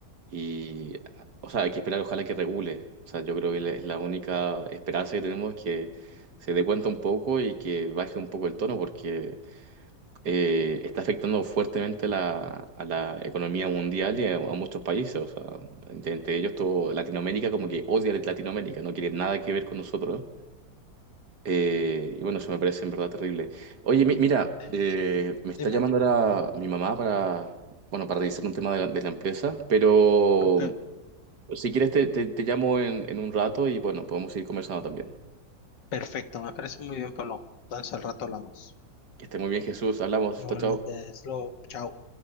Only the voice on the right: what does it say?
Y, o sea, hay que esperar, ojalá que regule. O sea, yo creo que la- es la única esperanza que tenemos que se dé cuenta un poco y que baje un poco el tono, porque eh, está afectando fuertemente la- a la economía mundial y a, a muchos países. O sea, entre, entre ellos, todo Latinoamérica, como que odia a Latinoamérica, no quiere nada que ver con nosotros. Eh, y bueno, eso me parece en verdad terrible. Oye, mi- mira,
eh, me está
llamando ahora mi mamá para, bueno, para revisar un tema de la, de la empresa, pero.
Si quieres, te, te- te llamo en, en un rato y bueno, podemos ir conversando también.
Que esté muy bien, Jesús. Hablamos.
Chao, chao.